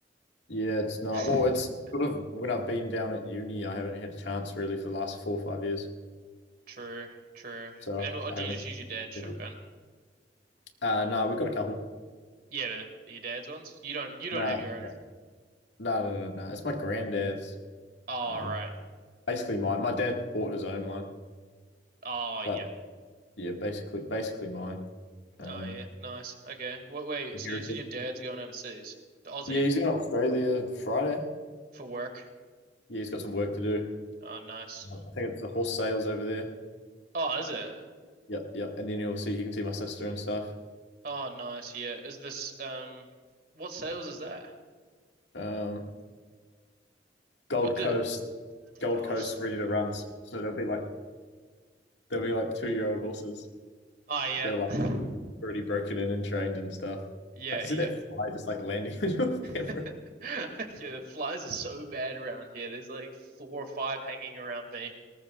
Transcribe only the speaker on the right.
<laughs>
True, true.
And what,
do
you just use your dad's
shotgun?
Yeah, but your dad's ones? You don't, you don't
have your own.
Oh,
right.
Oh, yeah.
Oh, yeah. Nice. Okay. Wait, wait.
So you said your dad's going overseas to Aussie?
for work.
Oh, nice.
Oh, is it?
Oh, nice. Yeah. Is this um, what sales is there?
Would the
oh,
s-
ah, yeah,
<laughs>
yeah,
yeah,
<laughs> yeah. The flies are so bad around here. There's like four or five hanging around me.